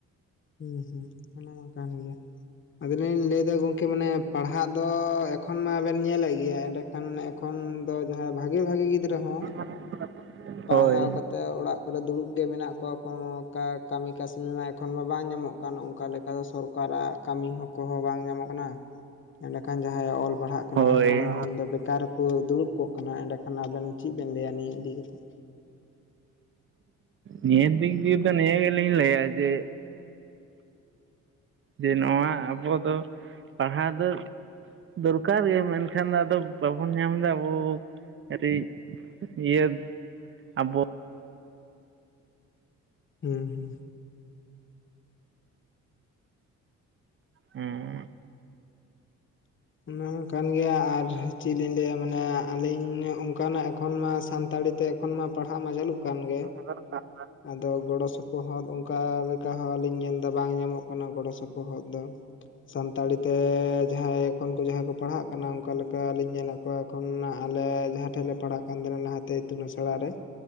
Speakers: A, on the left (about 40°); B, on the right (about 40°).
A: ᱦᱩᱸ ᱦᱩᱸ ᱚᱱᱟ ᱢᱟ ᱠᱟᱱ ᱜᱮᱭᱟ᱾ ᱟᱫᱚᱞᱤᱧ ᱞᱟᱹᱭᱮᱫᱟ ᱜᱚᱝᱠᱮ ᱢᱟᱱᱮ ᱯᱟᱲᱦᱟᱜ ᱫᱚ ᱮᱠᱷᱚᱱ ᱢᱟᱵᱮᱱ ᱧᱮᱞᱮᱫ ᱜᱮᱭᱟ ᱮᱸᱰᱮ ᱠᱷᱟᱱ ᱮᱠᱷᱚᱱ ᱫᱚ ᱡᱟᱦᱟᱸᱭ ᱵᱷᱟᱜᱮ ᱵᱷᱟᱜᱮ ᱜᱤᱫᱽᱨᱟᱹ ᱦᱚᱸ
B: <unintelligible>
A: ᱯᱟᱲᱦᱟᱣ
B: ᱦᱳᱭ
A: ᱠᱟᱛᱮᱫ ᱚᱲᱟᱜ ᱠᱚᱨᱮ ᱫᱩᱲᱩᱵ ᱜᱮ ᱢᱮᱱᱟᱜ ᱠᱚᱣᱟ ᱠᱚᱱᱚ ᱚᱠᱟ ᱠᱟᱹᱢᱤ ᱠᱟᱹᱥᱱᱤ ᱢᱟ ᱮᱠᱷᱚᱱ ᱢᱟ ᱵᱟᱝ ᱧᱟᱢᱚᱜ ᱠᱟᱱ ᱚᱱᱠᱟ ᱞᱮᱠᱟ ᱫᱚ ᱥᱚᱨᱠᱟᱨᱟᱜ ᱠᱟᱹᱢᱤ ᱦᱚᱸ ᱠᱚᱦᱚᱸ ᱵᱟᱝ ᱧᱟᱢᱚᱜ ᱠᱟᱱᱟ᱾ ᱮᱸᱰᱮ ᱠᱷᱟᱱ ᱡᱟᱦᱟᱸᱭᱮ ᱚᱞ ᱯᱟᱲᱦᱟᱜ
B: ᱦᱳᱭ ᱦᱳᱭ
A: ᱮᱠᱷᱚᱱ ᱫᱚ ᱵᱮᱠᱟᱨ ᱨᱮᱠᱚ ᱫᱩᱲᱩᱵ ᱠᱚᱜ ᱠᱟᱱᱟ ᱮᱸᱰᱮᱠᱷᱟᱱ ᱟᱵᱮᱱ ᱪᱮᱜ ᱵᱮᱱ ᱞᱟᱹᱭᱟ ᱱᱤᱭᱟᱹ ᱤᱫᱤ ᱠᱟᱛᱮᱜ?
B: ᱱᱤᱭᱟᱹ ᱫᱤᱠ ᱫᱤᱭᱮ ᱫᱚ ᱱᱤᱭᱟᱹ ᱜᱮᱞᱤᱧ ᱞᱟᱹᱭᱟ ᱡᱮ ᱡᱮ ᱱᱚᱣᱟ ᱟᱵᱚ ᱫᱚ ᱯᱟᱲᱦᱟᱣ ᱫᱚ ᱫᱚᱨᱠᱟᱨ ᱜᱮᱭᱟ ᱢᱮᱱᱠᱷᱟᱱ ᱟᱫᱚ ᱵᱟᱵᱚᱱ ᱧᱟᱢ ᱫᱟ ᱟᱵᱚ ᱠᱟᱹᱴᱤᱜ ᱤᱭᱟᱹᱛ ᱟᱵᱚ,
A: ᱦᱩᱸ ᱦᱩᱸ,
B: ᱩᱸ
A: ᱚᱱᱮ ᱚᱱᱠᱟᱱ ᱜᱮᱭᱟ ᱟᱨ ᱪᱮᱜ ᱞᱤᱧ ᱞᱟᱹᱭᱟ ᱢᱟᱱᱮ ᱟᱹᱞᱤᱧ ᱚᱱᱠᱟᱱᱟᱜ ᱮᱠᱷᱚᱱ ᱢᱟ ᱥᱟᱱᱛᱟᱲᱤ ᱛᱮ, ᱛᱚᱠᱷᱚᱱ ᱢᱟ ᱯᱟᱲᱦᱟᱜ ᱢᱟ ᱪᱟᱹᱞᱩᱜ ᱠᱟᱱ ᱜᱮ᱾
B: ᱟᱫᱚ ᱱᱚᱝᱠᱟ,
A: ᱟᱫᱚ ᱜᱚᱲᱚ ᱥᱚᱯᱚᱦᱚᱫ ᱚᱝᱠᱟ ᱞᱮᱠᱟ ᱦᱚᱸᱞᱤᱧ ᱧᱮᱞ ᱫᱟ ᱵᱟᱝ ᱧᱟᱢᱚᱜ ᱠᱟᱱᱟ ᱜᱚᱲᱚ ᱥᱚᱯᱚᱦᱚᱫ ᱫᱚ᱾ ᱥᱟᱱᱛᱟᱲᱤ ᱛᱮ ᱡᱟᱦᱟᱸᱭ ᱮᱠᱷᱚᱱ ᱠᱚ ᱡᱟᱦᱟᱸᱭ ᱠᱚ ᱯᱟᱲᱦᱟᱜ ᱠᱟᱱᱟ ᱚᱝᱠᱟ ᱞᱮᱠᱟ ᱞᱤᱧ ᱧᱮᱞᱮᱜ ᱠᱚᱣᱟ ᱮᱠᱷᱚᱱ ᱟᱞᱮ ᱡᱟᱦᱟᱸ, ᱴᱷᱮᱜ ᱞᱮ ᱯᱟᱲᱦᱟᱜ ᱠᱟᱱ ᱛᱟᱦᱮᱸᱱᱟ ᱞᱟᱦᱟᱛᱮ ᱤᱛᱩᱱ ᱟᱥᱲᱟᱟᱨ ᱨᱮ